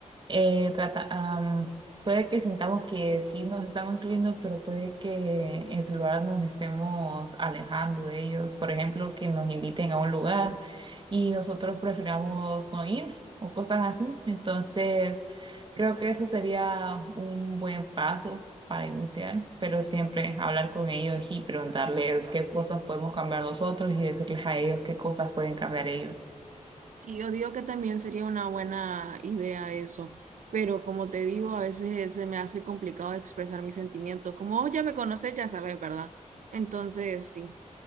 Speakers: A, on the right; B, on the right.
A: eh, trata, am, puede que sintamos que sí nos estamos incluyendo, pero puede que en su lugar nos estemos alejando de ellos. Por ejemplo, que nos inviten a un lugar y nosotros prefiramos no ir o cosas así. Entonces, creo que eso sería un buen paso para iniciar, pero siempre hablar con ellos y preguntarles qué cosas podemos cambiar nosotros y decirles a ellos qué cosas pueden cambiar ellos.
B: Sí, yo digo que también sería una buena idea eso, pero como te digo, a veces se me hace complicado expresar mis sentimientos. Como vos ya me conoces, ya sabes, ¿verdad? Entonces, sí,